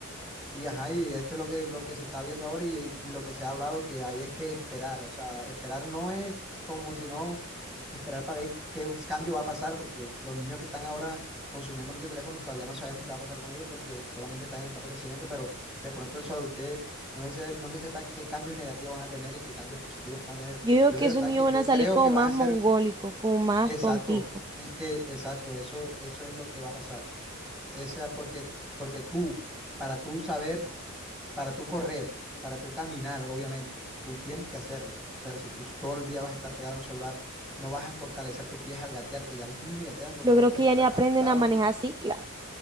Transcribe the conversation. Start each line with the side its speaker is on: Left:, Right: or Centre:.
Centre: y ajá, y esto es lo que, lo que se está viendo ahora y, y lo que se ha hablado que hay es que esperar, o sea, esperar no es como si no esperar para ver qué cambio va a pasar, porque los niños que están ahora consumiendo mucho teléfono todavía no sabemos qué va a pasar con ellos porque solamente están en etapa de crecimiento, pero de pronto en su adultez no se, no se sepa qué cambios negativos van a tener y qué cambios positivos van a tener.
Right: Yo digo
Centre: Yo
Right: que
Centre: de
Right: esos
Centre: verdad
Right: niños
Centre: que
Right: van
Centre: yo
Right: a
Centre: creo
Right: salir como
Centre: que
Right: más
Centre: van a
Right: mongólicos,
Centre: ser
Right: como más
Centre: exacto,
Right: tonticos.
Centre: es que exacto, eso, eso es lo que va a pasar. Esa porque, porque tú, para tú saber para tú correr, para tú caminar, obviamente, tú tienes que hacerlo, pero si tú todo el día vas a estar pegado a un celular, no vas a fortalecer tus pies al gatear, que ya los niños ni gatean por
Right: Yo
Centre: solo
Right: creo
Centre: por
Right: que
Centre: estar
Right: ya ni
Centre: a-
Right: aprenden
Centre: acostados,
Right: a manejar cicla.